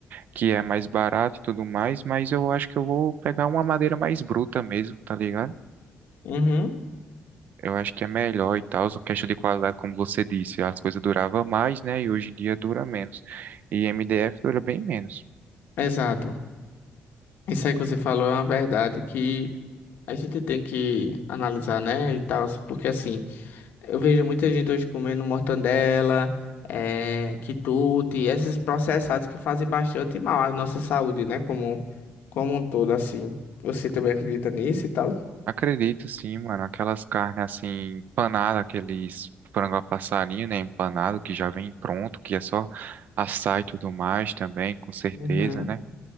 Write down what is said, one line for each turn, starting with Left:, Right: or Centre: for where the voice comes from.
Right: que é mais barato e tudo mais, mas eu acho que eu vou pegar uma madeira mais bruta mesmo, tá ligado?
Left: uhum.
Right: Eu acho que é melhor e tal, só questão de qualidade, como você disse, as coisas duravam mais, né? E hoje em dia dura menos. E MDF dura bem menos.
Left: Exato. Isso aí que você falou é uma verdade que a gente tem que analisar, né? E tal, porque assim, eu vejo muita gente hoje comendo mortandela, é, quitute, esses processados que fazem bastante mal à nossa saúde, né? Como, como um todo, assim. Você também acredita nisso e tal?
Right: Acredito sim, mano. Aquelas carnes assim, empanada, aqueles frango a passarinho, né? Empanado, que já vem pronto, que é só assar e tudo mais também, com certeza,
Left: Uhum.
Right: né?